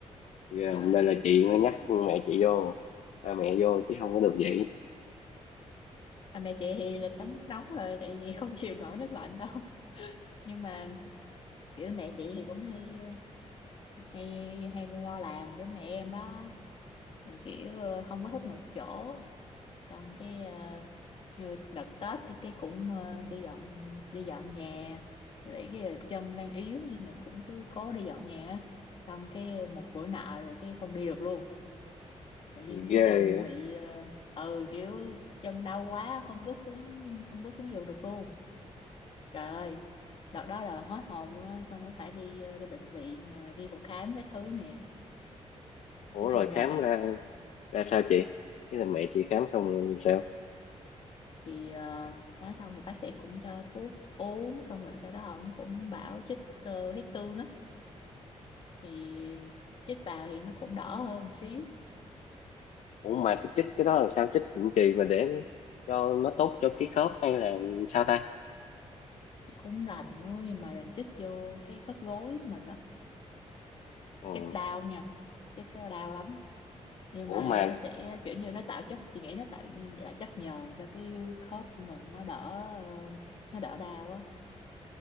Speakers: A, on the left (about 70°); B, on the left (about 50°).
A: Ghê,
B: trời
A: hôm nay
B: ơi
A: là chị mới nhắc mẹ chị vô ba mẹ vô chứ không có được vậy
B: à, mẹ chị thì là tắm nước nóng rồi tại vì <laughs> không chịu nổi nước lạnh đâu nhưng mà kiểu mẹ chị thì cũng hay ờ, hay hay lo làm giống mẹ em đó thì kiểu ờ, không có thích ngồi một chỗ xong cái ờ, như đợt Tết thì cái cũng ờ, đi dọn đi dọn nhà vì cái chân đang yếu nhưng mà cũng cứ cố đi dọn nhà á. xong cái một bữa nọ rồi cái không đi được luôn tự nhiên
A: thì
B: cái
A: ghê
B: chân
A: á.
B: bị ờ, ừ kiểu chân đau quá không bước xuống không bước xuống giường được luôn trời ơi đợt đó là hết hồn luôn á xong nó phải đi ờ, đi bệnh viện ờ, đi phòng khám cái thứ nè
A: ủa
B: nói
A: rồi
B: chung là
A: khám ra ra sao chị thế là mẹ chị khám xong rồi sao
B: thì ờ, khám xong thì bác sĩ cũng cho thuốc uống xong rồi sau đó ông cũng bảo chích ờ, huyết tương á thì chích, chích vào thì nó cũng đỡ hơn một xíu
A: ủa mà cái chích cái đó làm sao chích định kỳ mà để cho nó tốt cho cái khớp hay là sao ta
B: chị cũng rành nữa nhưng mà rành chích vô cái khớp gối mình á
A: ừ.
B: cái đau nha chích cái đau lắm nhưng
A: ủa
B: mà
A: mà
B: nó sẽ kiểu như nó tạo chất chị nghĩ nó tạo như là chất nhờn cho cái khớp của mình nó đỡ ờ, nó đỡ đau á